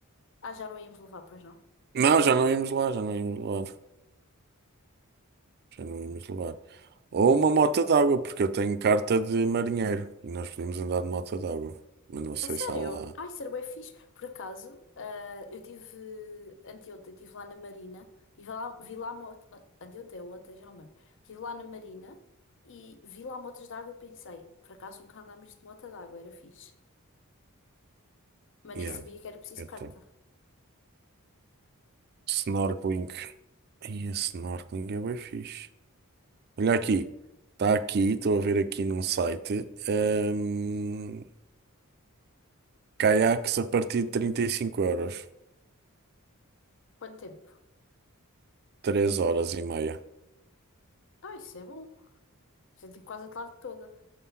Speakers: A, on the left (about 55°); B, on the right (about 45°).
A: Ah, já não íamos levar, pois não?
B: Não, já não íamos lá, já não íamos lá. Já não íamos levar. Ou uma moto d'água, porque eu tenho carta de marinheiro e nós podemos andar de moto d'água. Mas não sei
A: A sério?
B: se há lá.
A: Ai, ser bué fixe. Por acaso, eh, eu tive anteontem, estive lá na Marina e vi lá, vi lá moto. ah, Anteontem ou ontem, já não me lembro. Estive lá na Marina e vi lá motos de água e pensei, por acaso nunca andámos de moto de água, era fixe. Mas
B: Yeah,
A: nem sabia que era preciso
B: eu tenho.
A: carta.
B: Snorkeling. Ai, a snorkeling é bem fixe. Olha aqui. Está aqui, estou a ver aqui num site. hum, caiaques a partir de 35 euros.
A: Quanto tempo?
B: três horas e meia.
A: Ah, isso é bom. Isso é tipo quase a tarde toda.